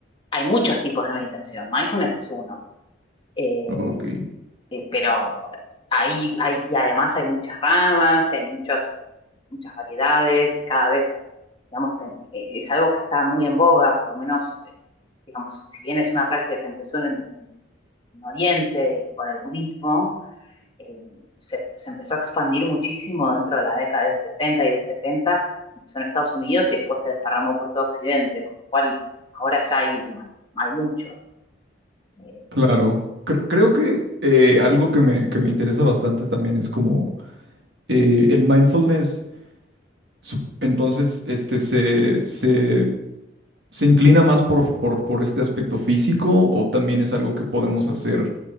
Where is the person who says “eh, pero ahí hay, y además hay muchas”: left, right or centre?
Left